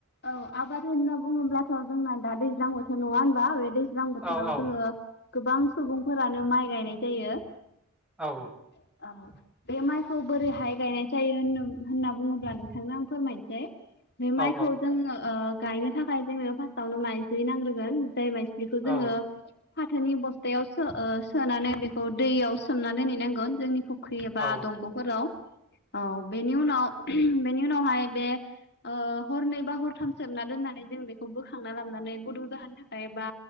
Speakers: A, on the left; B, in the centre.
A: औ आबाद होनना बुङोब्लाथ' जोंना दा दैजां बो थोश्र नङा होनबा बे दैज्लां बोथोराव
B: औ औ
A: जोङो गोबां सुबुंफोरानो माइ गायनाय जायो
B: औ
A: औ बे माइखौ बोरैहाय गायनाय जायो होन होनना बुङोब्ला नोंथांना फोरमायनोसै बे माइखौ
B: औ
A: जों गायनो थाखाय जोंङनो फार्स्टआवनो माइजलि नांग्रोगोन जाय माइ बेखौ जोङो
B: औ
A: फाथोनि बस्थायाव सो सोम सोनानै बेखौ दैयाव सो मनानै दोनैनांगोन जोंनि फुख्रि एबा
B: औ
A: दंग'फोराव औ बेनि उनाव बेनि उनावहाय बे ओ हरनै बा हरथाम सोबना दोननानै जों बेखौ बोखांना लाबनानै गुदुं जाहोन थाखाय बा